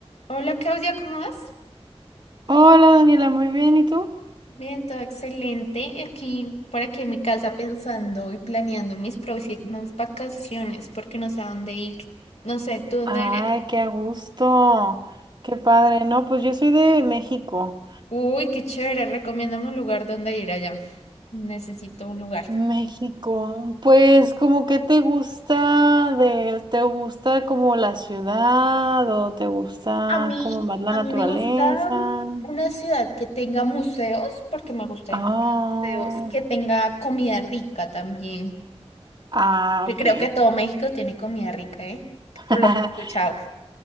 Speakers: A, on the left (about 80°); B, on the right (about 45°).
A: Hola Claudia, ¿cómo vas?
B: Hola Daniela, muy bien, ¿y tú?
A: Bien, todo excelente. Aquí, por aquí en mi casa pensando y planeando mis próximas vacaciones porque no sé a dónde ir. No sé, ¿tú dónde
B: Ay,
A: eres?
B: qué a gusto, qué padre. No, pues yo soy de México.
A: Uy, qué chévere. Recomiéndame un lugar donde ir allá. Necesito un lugar.
B: México, pues como que te gusta de, te gusta como la ciudad o te gusta
A: A mí,
B: como más la
A: a
B: naturaleza.
A: mí me gusta una ciudad que tenga museos porque me gusta
B: Ah,
A: ir mucho a museos, que tenga comida rica también.
B: ah,
A: Que creo
B: ok.
A: que todo México tiene comida rica, ¿eh? Por
B: <laughs>
A: lo que he escuchado.